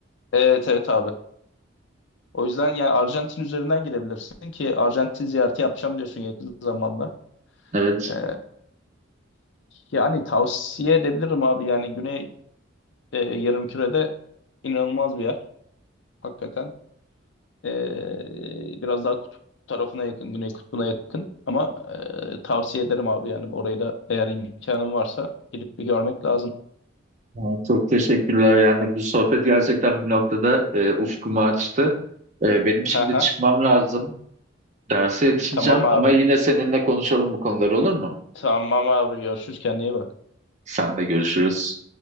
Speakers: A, on the left (about 65°); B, on the right (about 35°).
A: evet evet abi. O yüzden yani Arjantin üzerinden gidebilirsin ki Arjantin ziyareti yapacağım diyorsun yakın zamanda.
B: Evet.
A: Eee, yani tavsiye edebilirim abi. Yani Güney eee yarımkürede inanılmaz bir yer. Hakikaten. Ee, biraz daha kutup tarafına yakın, güney kutbuna yakın. Ama e, tavsiye ederim abi yani orayı da eğer imkanın varsa gidip bir görmek lazım.
B: Ay, Çok teşekkürler. Yani bu sohbet gerçekten bir noktada e, ufkumu açtı. E, benim şimdi
A: <laughs> Haha,
B: çıkmam lazım. Derse yetişeceğim
A: Tamam abi.
B: ama yine seninle konuşalım bu konuları olur mu?
A: Tamam abi görüşürüz kendine iyi bak.
B: Sen de görüşürüz.